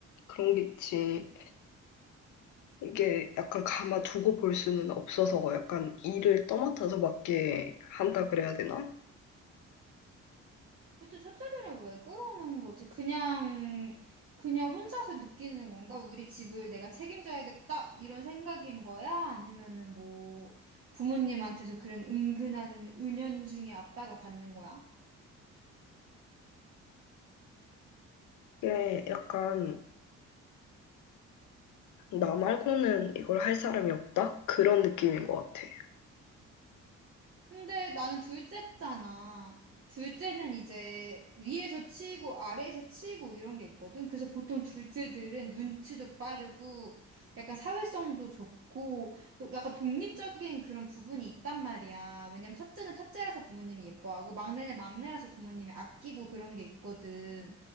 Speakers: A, on the left (about 75°); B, on the right (about 50°).
A: 그런 게 있지. 이게 약간 감아두고 볼 수는 없어서 약간 일을 떠맡아서 맡게 한다 그래야 되나?
B: 근데 첫째들은 왜 그러는 거지? 그냥, 그냥 혼자서 느끼는 건가? 우리 집을 내가 책임져야겠다. 이런 생각인 거야? 아니면은 뭐, 부모님한테서 그런 은근한 은연중에 압박을 받는 거야?
A: 이게 약간 나 말고는 이걸 할 사람이 없다? 그런 느낌인 것 같아.
B: 근데 나는 둘째잖아. 둘째는 이제 위에서 치고 아래에서 치고 이런 게 있거든. 그래서 보통 둘째들은 눈치도 빠르고 약간 사회성도 좋고 약간 독립적인 그런 부분이 있단 말이야. 왜냐면 첫째는 첫째라서 부모님이 예뻐하고 막내는 막내라서 부모님이 아끼고 그런 게 있거든.